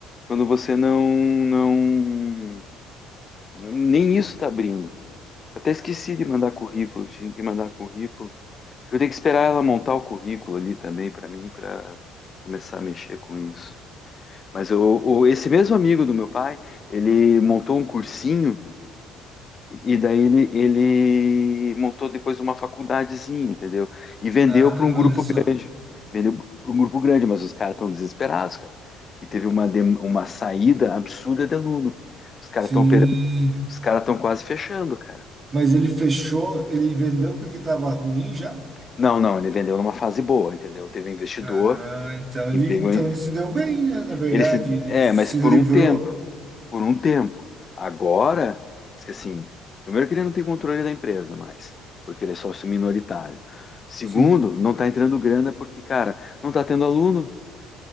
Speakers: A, on the left; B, on the right.
A: quando você não, não, nem isso tá abrindo. Até esqueci de mandar currículo, tinha que mandar currículo. Eu tenho que esperar ela montar o currículo ali também para mim, para começar a mexer com isso. Mas eu, o- esse mesmo amigo do meu pai, ele montou um cursinho E daí ele, ele montou depois uma faculdadezinha, entendeu? E vendeu
B: Ah,
A: para um grupo
B: olha só.
A: grande. Vendeu para um grupo grande, mas os caras estão desesperados, cara. Que teve uma, dem- uma saída absurda de aluno. Os caras
B: Sim.
A: estão operando, os caras estão quase fechando, cara.
B: Mas ele fechou, ele vendeu porque estava ruim já?
A: Não, não, ele vendeu numa fase boa, entendeu? Teve um investidor,
B: Ah, então
A: que
B: ele,
A: pegou.
B: então
A: em-
B: ele se deu bem, né? Na verdade,
A: Ele se,
B: ele
A: é,
B: se
A: mas por
B: livrou.
A: um tempo. por um tempo. Agora, diz que assim, primeiro que ele não tem controle da empresa mais, porque ele é sócio minoritário. Segundo,
B: Sim.
A: não está entrando grana porque, cara, não está tendo aluno.